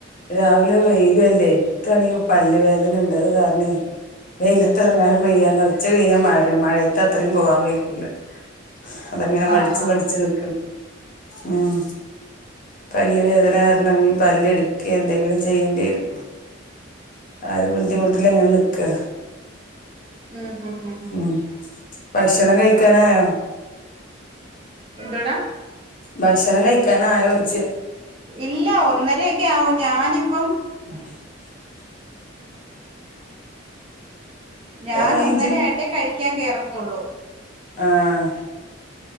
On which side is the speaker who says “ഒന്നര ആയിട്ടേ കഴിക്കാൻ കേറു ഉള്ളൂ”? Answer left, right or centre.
Right